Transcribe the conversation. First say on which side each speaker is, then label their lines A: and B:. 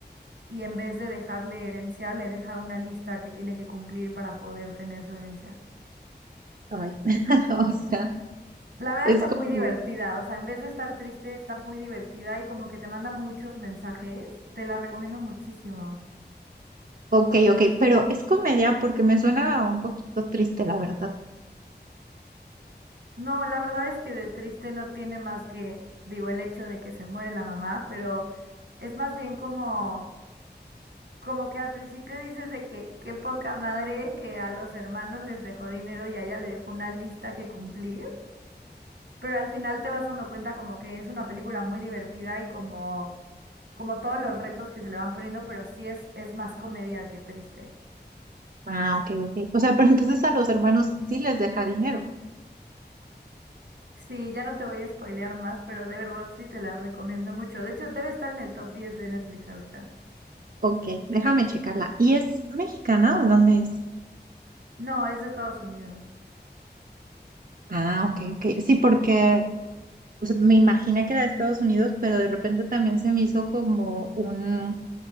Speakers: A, on the right; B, on the right.
A: y en vez de dejarle herencia, le deja una lista que tiene que cumplir para poder tener su herencia.
B: Ay, <laughs> o sea,
A: La verdad
B: es
A: está
B: como...
A: muy divertida, o sea, en vez de estar triste, está muy divertida y como que te manda muchos mensajes. Te la recomiendo muchísimo.
B: Ok, ok, pero es comedia porque me suena un poquito triste, la verdad.
A: No, la verdad es que de triste no tiene más que, digo, el hecho de que se muere la mamá, pero es más bien como, como que al principio dices de que qué poca madre que a los hermanos les dejó dinero y a ella le dejó una lista que cumplir, pero al final te vas dando cuenta como que es una película muy divertida y como, como todos los retos que se le van poniendo, pero sí es, es más comedia que triste.
B: Ah, ok, ok. O sea, pero entonces a los hermanos sí les deja dinero.
A: Sí, ya no te voy a spoilear más, pero de verdad sí te la recomiendo mucho. De hecho, debe estar en el top 10 de Netflix ahorita.
B: Ok, déjame checarla. ¿Y es mexicana o de dónde es?
A: No, es de Estados Unidos.
B: Ah, ok, ok. Sí, porque o sea, me imaginé que era de Estados Unidos, pero de repente también se me hizo como un,